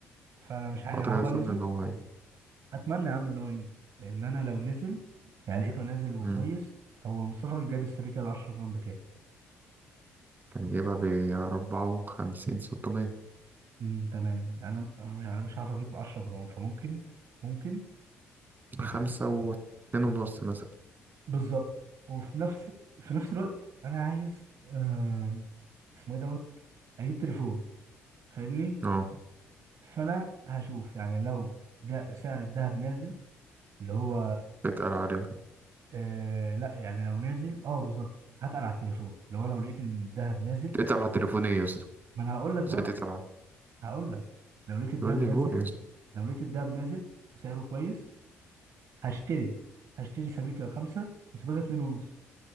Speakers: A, on the right; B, on the right.
A: فانا مش عارف
B: فترة
A: هو
B: اظن
A: نزل
B: ان هو هي
A: اتمنى يا عم ان هو ينزل لان انا لو نزل يعني لقيته نازل وكويس
B: امم
A: هو مصطفى كان جايب السبيكه ال 10 جرام بكام
B: كان جايبها بأربعة وخمسين ستمية
A: امم تمام انا أنا يعني مش عارف اجيب 10 جرام فممكن ممكن اجيب
B: خمسة واتنين ونص مثلا
A: بالظبط وفي نفس في نفس الوقت انا عايز آم، اسمه ايه دوت اجيب تليفون فاهمني
B: اه
A: فانا هشوف يعني لو ده سعر الذهب نازل اللي هو
B: اتقل عليه
A: آه لا يعني لو نازل اه بالظبط هتقل على التليفون اللي هو لو لقيت ان الذهب نازل
B: اتقل على تليفوني يا اسطى
A: ما انا هقول لك بقى
B: ازاي تتقل عليه
A: هقول لك لو لقيت الدهب
B: يقول لي
A: نازل
B: قول يا اسطى
A: لو لقيت الدهب نازل وسعره كويس هشتري هشتري سبيكة خمسة وسبيكة اتنين ونص